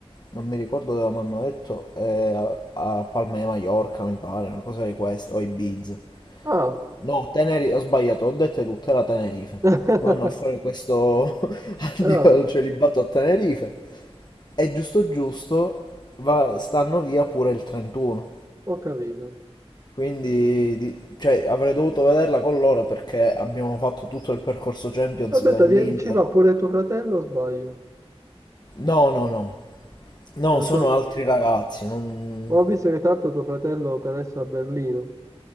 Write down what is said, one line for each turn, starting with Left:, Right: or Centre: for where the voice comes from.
Left: non mi ricordo dove mi hanno detto, eh, a, a Palma di Mallorca mi pare, una cosa di queste, o Ibiza.
Right: Ah,
Left: No, Tenerife, ho sbagliato, ho detto tutte, era Tenerife.
Right: <laughs>
Left: Vanno a fare questo <laughs> addio
Right: Eh, vabbè,
Left: al celibato a Tenerife. E giusto giusto va- stanno via pure il 31.
Right: ho capito.
Left: Quindi di- cioè, avrei dovuto vederla con loro perché abbiamo fatto tutto il percorso Champions
Right: Aspetta,
Left: dell'Inter.
Right: vi- ci va pure tuo fratello o sbaglio?
Left: No, no, no. No,
Right: Eh,
Left: sono
Right: tuo-
Left: altri ragazzi. non-
Right: Ho visto che tanto tuo fratello per adesso è a Berlino.